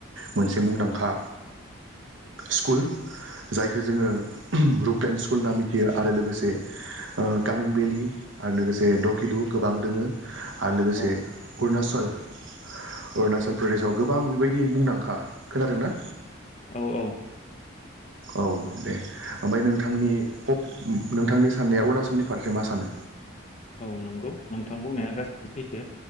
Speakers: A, on the right; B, on the left.
A: मोनसे मुंदांखा स्कुल जायखौ जोंङो रुप्लेन स्कुल होनना मिथियो आरो लोगोसे कामिं भेलि आरो लोगोसे दकिलु। गोबां दोंङो। आरो लोगोसे
B: औ
A: अरुनाचल अरुणाचल प्रदेशआव गोबां बेबायदि मुंदांखा खोनादोंना?
B: औ औ।
A: औ दे ओमफ्राय नोंथांनि नोंथांनि साननाया अरुणाचलनि फारसे मा सानो?
B: औ नंगौ नोंथां बुंनाया गाससिबो सैथो।